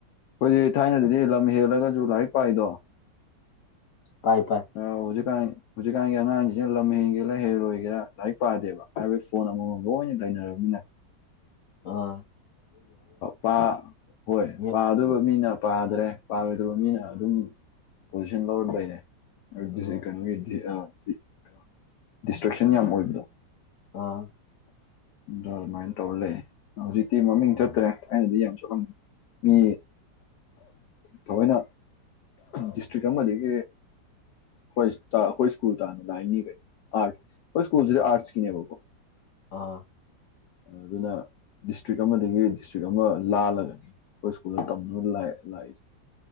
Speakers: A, on the left (about 70°); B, on the left (about 45°).
A: ꯑꯩꯈꯣꯏꯛ ꯊꯥꯏꯅꯗꯤꯂꯝꯃꯤ ꯍꯦꯜꯂꯒꯁꯨ ꯂꯥꯏꯔꯤꯛ ꯄꯥꯏꯗꯣ
B: ꯄꯥꯏ ꯄꯥꯏ
A: ꯍꯧꯖꯤꯛꯀꯥꯟ ꯍꯧꯖꯤꯛꯀꯥꯟꯒꯤ ꯑꯉꯥꯡꯖꯤꯅ ꯂꯝ ꯍꯦꯟꯒꯦꯔꯥ ꯍꯦꯜꯂꯣꯏꯒꯦꯔꯥ ꯂꯥꯏꯔꯤꯛ ꯄꯥꯗꯦꯕ ꯍꯥꯏꯕꯗꯤ ꯐꯣꯟ ꯑꯃꯝꯃꯝ ꯂꯣꯏꯅ ꯂꯩꯅꯔꯕꯅꯤꯅ
B: ꯑ
A: ꯄꯥ ꯍꯣꯏ
B: ꯃꯦꯠ
A: ꯄꯥꯗꯣꯏꯕ
B: ꯂꯩꯕꯗꯣ
A: ꯃꯤꯅ ꯄꯥꯗ꯭ꯔꯦ ꯄꯥꯔꯣꯏꯗꯕ ꯃꯤꯅ ꯑꯗꯨꯝ ꯄꯣꯖꯤꯁꯟ ꯂꯧꯔ ꯂꯩꯔꯦ <unintelligible>
B: ꯑꯥ
A: ꯀꯩꯅꯣꯒꯤ <unintelligible> ꯗꯤꯁꯇ꯭ꯔꯦꯛꯁꯟ ꯌꯥꯝ ꯑꯣꯏꯕꯗꯣ
B: ꯑꯥ
A: ꯑꯗ ꯑꯗꯨꯃꯥꯏꯟ ꯇꯧꯔ ꯂꯩ ꯍꯧꯖꯤꯛꯇꯤ ꯃꯃꯤꯡ ꯆꯠꯇ꯭ꯔꯦ ꯊꯥꯏꯅꯗꯤ ꯌꯥꯝ ꯆꯠꯂꯝ ꯃꯤ ꯊꯑꯣꯏꯅ ꯗꯤꯁꯇ꯭ꯔꯤꯛ ꯑꯃꯗꯒꯤ ꯍꯣꯏꯁꯇꯥ ꯑꯩꯈꯣꯏ ꯁ꯭ꯀꯨꯜ ꯇꯥꯟꯅ ꯂꯥꯛꯏꯅꯤ ꯀꯩꯅꯣ ꯑꯥꯠ ꯑꯩꯈꯣꯏ ꯁ꯭ꯀꯨꯜꯖꯤꯗ ꯑꯥꯔꯠꯁꯀꯤꯅꯦꯕꯀꯣ
B: ꯑꯥ
A: ꯑꯗꯨꯅ ꯗꯤꯁꯇ꯭ꯔꯤꯛ ꯑꯃꯗꯒꯤ ꯗꯤꯁꯇ꯭ꯔꯤꯛ ꯑꯃ ꯂꯥꯜꯂꯒꯅꯤ ꯑꯩꯈꯣꯏ ꯁꯀꯨꯜꯗ ꯇꯝ ꯂꯥꯏ ꯂꯥꯛꯏꯁꯦ